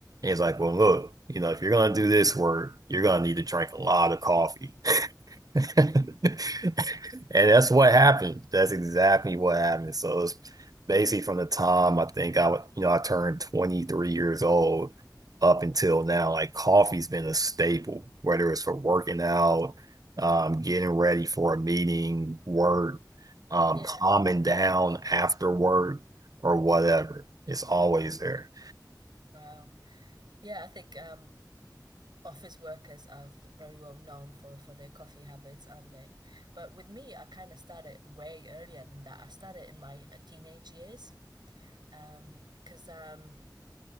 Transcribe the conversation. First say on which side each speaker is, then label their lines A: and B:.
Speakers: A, on the right; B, on the right.
A: he's like, well, look, you know, if you're gonna do this work, you're gonna need to drink a lot of coffee. <laughs> And that's what happened. That's exactly what happened. So it's basically from the time I think I would, you know, I turned 23 years old up until now, like coffee's been a staple, whether it's for working out, um, getting ready for a meeting, work, um,
B: Yeah.
A: calming down after work or whatever. It's always there.
B: Wow. Yeah, I think um, office workers are very well known for, for their coffee habits, aren't they? But with me, I kind of started way earlier than that. I started in my uh, teenage years because um, um,